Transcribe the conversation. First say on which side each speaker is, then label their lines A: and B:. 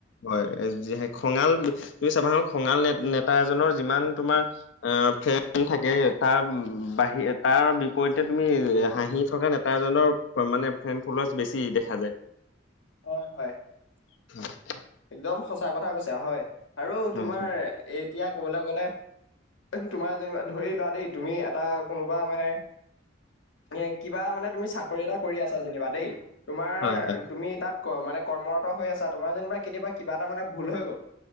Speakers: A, on the left (about 75°); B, on the left (about 85°).
A: হয় য খঙাল তুমি চাবাসোন খঙাল নেত নেতা এজনৰ যিমান তোমাৰ আ ফ্ৰেণ্ড থাকে বাহিৰ তাৰ বিপৰীতে তুমি হাঁহি থকা নেতাজনৰ মানে ফ্ৰেণ্ড ফলৱাছ বেছি দেখা যায়।
B: হয় হয়।
A: <unintelligible>
B: একদম সঁচা কথা কৈছা হয় আৰু
A: হয়
B: তোমাৰ এই এতিয়া কবলে গলে তোমাৰ যেনিবা ধৰি লোৱা দেই তুমি এটা কোনোবা মানে এ কিবা মানে তুমি চাকৰি এটা কৰি আছা যেনিবা দেই। তোমাৰ
A: হয় হয়
B: তুমি তাত ক মানে কৰ্মৰত হৈ আছা। তোমাৰ যেনিবা বা কিবা এটা মানে ভুল হৈ গ'ল।